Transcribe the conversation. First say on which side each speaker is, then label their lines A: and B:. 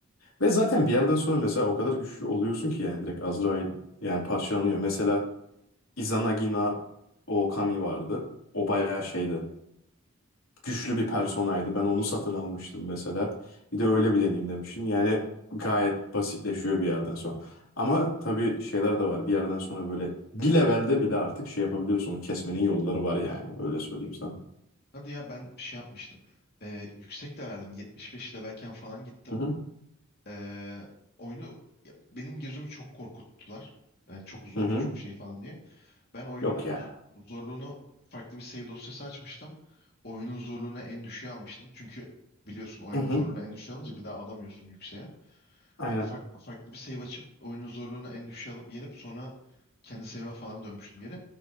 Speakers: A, on the left (about 80°); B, on the left (about 50°).
A: Ve zaten bir yerden sonra mesela o kadar güçlü oluyorsun ki yani direkt Azrail yani parçalanıyor. Mesela Izanagina Okami vardı. O bayağı şeydi güçlü bir personaydı. Ben onu satın almıştım mesela. Bir de öyle bir deneyim demiştim. Yani gayet basitleşiyor bir yerden sonra. Ama tabii şeyler de var. Bir yerden sonra böyle bir levelde bile artık şey yapabiliyorsun. Onu Kesmenin yolları var yani. Öyle söyleyeyim sana.
B: Hadi ya ben şey yapmıştım. E, yüksek de verdim. 75 de belki falan gittim.
A: Hı hı.
B: E, oyunu ya, benim gözümü çok korkuttular. Yani çok zor,
A: Hı hı.
B: çok şey falan diye. Ben oyunun
A: Yok ya.
B: z- zorluğunu farklı bir save dosyası açmıştım. Oyunun zorluğunu en düşüğe almıştım. Çünkü biliyorsun oyunun
A: Hı hı.
B: zorluğunu en düşüğe alınca bir daha alamıyorsun yükseğe.
A: Aynen.
B: Hani fark- farklı bir save açıp oyunun zorluğunu en düşüğe alıp yenip sonra kendi save'e falan dönmüştüm geri.